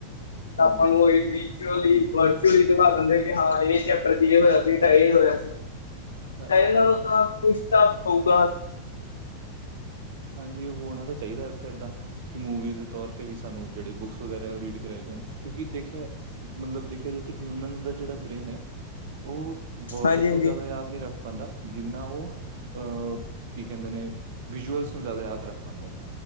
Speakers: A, on the left; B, on the right.
A: ਤਾਂ
B: ਹਾਂਜੀ
A: ਆਪਾਂ ਨੂੰ, ਉਹਹੀ ਵੀ ਲੀ ਵਰਚੁਅਲੀ ਦਿਖਾ ਦਿੰਦੇ ਕਿ ਹਾਂ। ਇਹ ਚੈਪਟਰ ਚ ਇਹ ਹੋਇਆ ਸੀ, ਤਾਂ ਇਹ ਹੋਇਆ ਸੀ।
B: ਹਾਂਜੀ
A: ਪਹਿਲੇ ਨਾਲੋਂ
B: ਅ-
A: ਤਾਂ ਕੁਛ ਤਾਂ ਹੋਊਗਾ।
B: ਹਾਂਜੀ ਉਹ ਹੋਣਾ ਤਾਂ ਚਾਹੀਦਾ ਵੈਸੇ ਏਦਾਂ। ਕਿ ਮੂਵੀਜ਼ ਦੇ ਤੌਰ ਤੇ ਵੀ ਸਾਨੂੰ ਜਿਹੜੇ ਬੁੱਕਸ, ਵਗੈਰਾ ਰੀਡ ਕਰਵਾਏ ਜਾਣ। ਕਿਉਂਕਿ ਦੇਖਿਆ ਮਤਲਬ ਦੇਖਿਆ ਜਾਏ ਤਾ ਹਿਊਮਨ ਦਾ ਜਿਹੜਾ, ਬ੍ਰੇਨ ਹੈ। ਉਹ ਵਰਡਜ਼
A: ਹਾਂਜੀ ਹਾਂਜੀ
B: ਤੋ ਜ਼ਿਆਦਾ ਯਾਦ ਨਹੀਂ ਰੱਖ ਪਾਉਂਦਾ। ਜਿੰਨਾ ਉਹ ਅਹ ਕੀ ਕਹਿੰਦੇ ਨੇ ਵਿਜ਼ੂਅਲ ਤੋ ਜ਼ਿਆਦਾ ਯਾਦ ਰੱਖ ਪਾਉਂਦਾ।